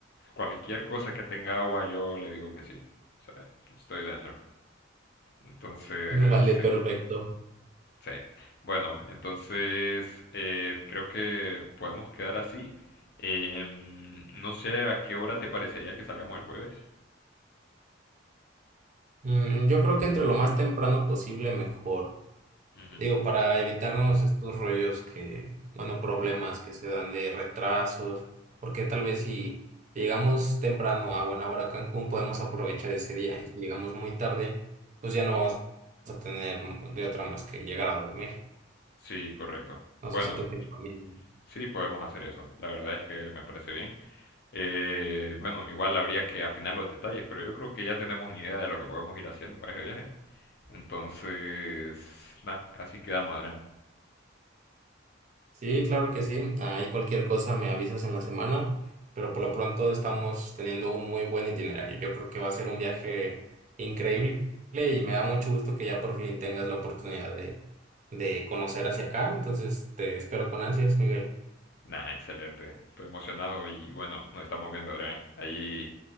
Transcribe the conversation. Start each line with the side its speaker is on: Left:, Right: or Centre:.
Left: Cualquier cosa que tenga agua, yo le digo que sí. O sea, estoy dentro. Entonces,
Right: <laughs> Vale,
Left: sí,
Right: perfecto.
Left: sí. Bueno, entonces eh, creo que podemos quedar así. Em, no sé a qué hora te parecería que salgamos el jueves.
Right: Mm, yo creo que entre lo más temprano posible mejor.
Left: Ujú.
Right: Digo, para evitarnos estos rollos que, bueno, problemas que se dan de retrasos, porque tal vez si llegamos temprano a buena hora a Cancún, podemos aprovechar ese día y si llegamos muy tarde, pues ya no vamos a tener de otra más que llegar a dormir.
Left: Sí, correcto.
Right: No
Left: Bueno,
Right: sé si tú opinas lo mismo.
Left: sí, podemos hacer eso. La verdad es que me parece bien. Eh, bueno, igual habría que afinar los detalles, pero yo creo que ya tenemos ni idea de lo que podemos ir haciendo para ese viaje. Entonces, nada, así quedamos, Adrián.
Right: Sí, claro que sí. Ahí cualquier cosa me avisas en la semana, pero por lo pronto estamos teniendo un muy buen itinerario. Yo creo que va a ser un viaje increíble y me da mucho gusto que ya por fin tengas la oportunidad de, de conocer hacia acá. Entonces te espero con ansias, Miguel.
Left: Nah, excelente. Estoy emocionado y bueno, nos estamos viendo, Adrián. Ahí